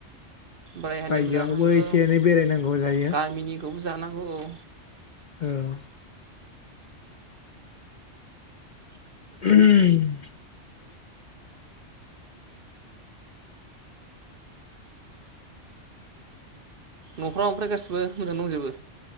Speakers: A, on the right; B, on the left.
A: बायहानिबो
B: बायजोआवबो
A: जानांगौ
B: एसे एनै बेरायनांगौ जायो
A: गामिनिखौबो जानांगौ औ
B: औ उम
A: नफ्राव ओमफ्राय गाैबो मोजां दंजोबो